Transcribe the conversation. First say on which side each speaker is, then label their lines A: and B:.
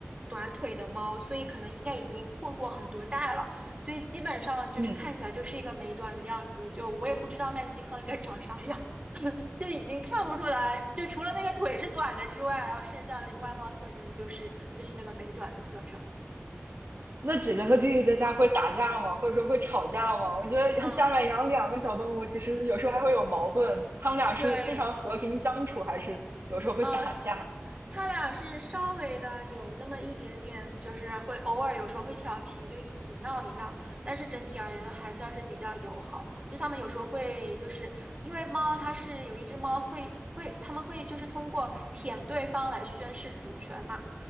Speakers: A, on the right; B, on the right.
A: 短腿的猫，所以可能应该已经混过很多代了，所以基本上就是看起来就是一个美短的样子，
B: 嗯，
A: 就我也不知道曼基康应该长啥样，<laughs> 就已经看不出来，就除了那个腿是短的之外，然后剩下的外貌特征就是就是那个美短的特征，嗯
B: 那姐姐和弟弟在家会打架吗？或者说会吵架吗？我觉得家里面养两个小动物，
A: 嗯。
B: 其实有时候还会有矛盾。他们俩是非常和平相处，
A: 对，
B: 还是有时候会打架
A: 呃，他俩是稍微的有那么一点点，就是会偶尔有时候会调皮，就一起闹一闹，但是整体而言都还算是比较友好。就他们有时候会，就是因为猫它是有一只猫会会，他们会就是通过舔对方来宣示主权嘛。